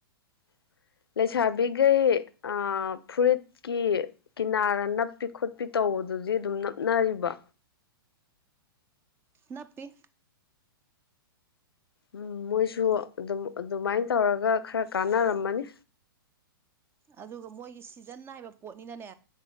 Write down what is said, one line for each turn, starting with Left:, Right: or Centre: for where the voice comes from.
Left: <inaudible> ꯂꯩꯁꯥꯕꯤꯈꯩ ꯐꯨꯔꯤꯠꯀꯤ ꯀꯤꯅꯥꯔ ꯅꯞꯄꯤ ꯈꯣꯠꯄꯤ ꯇꯧ ꯑꯣ ꯑꯗꯨꯗꯤ ꯑꯗꯨꯝ ꯅꯞꯅꯔꯤꯕ
Right: ꯅꯥꯞꯄꯤꯦ
Left: ꯎꯝ ꯃꯣꯏꯁꯨ ꯑꯗꯨꯝ ꯑꯗꯨꯃꯥꯏꯅ ꯇꯧꯔꯒ ꯈꯔ ꯀꯥꯟꯅꯔꯝꯃꯅꯤ
Right: ꯑꯗꯨꯒ ꯃꯣꯏꯒꯤ ꯁꯤꯖꯟ ꯅꯥꯏꯕ ꯄꯣꯠꯅꯤꯅꯅꯦ